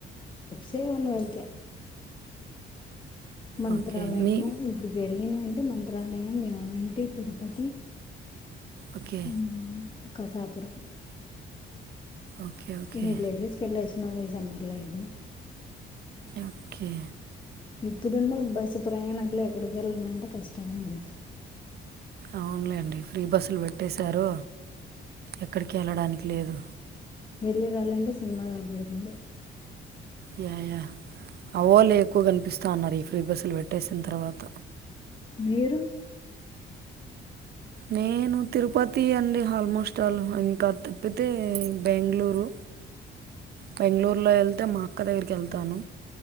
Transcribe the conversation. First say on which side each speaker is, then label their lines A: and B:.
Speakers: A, on the left; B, on the right.
A: కేమన్న వెళ్తే. మంత్రాలయము
B: ఓకే మీ
A: గుడికెళ్ళి. నండి మంత్రాలయయం, యాగంటి, తిరుపతి.
B: ఓకే
A: ఉమ్మ్ కసాపురం.
B: Okay okay
A: villages కెళ్లొచ్చిన్. <unintelligible> ఇది.
B: ఓకే.
A: ఇప్పుడున్న బస్సు ప్రయాణంలో ఎక్కడికి వెళ్ళాలంటే కష్టమేండి.
B: అవున్లేండి ఫ్రీ బస్సులు పెట్టేశారు. ఎక్కడికి ఎళ్ళడానికి లేదు.
A: వెళ్ళిరాలంటే సినిమా కనపడుతుంది.
B: యాయా అవల్లే ఎక్కువ కనిపిస్తా ఉన్నారు, ఈ ఫ్రీ బస్సులు పెట్టేసిన తర్వాత.
A: మీరు.
B: నేను తిరుపతి అండి, హల్మోస్టల్ ఇంకా తప్పితే బెంగళూరు. బెంగళూరు లో ఎళ్తే మా అక్క దగ్గరికి వెళ్తాను.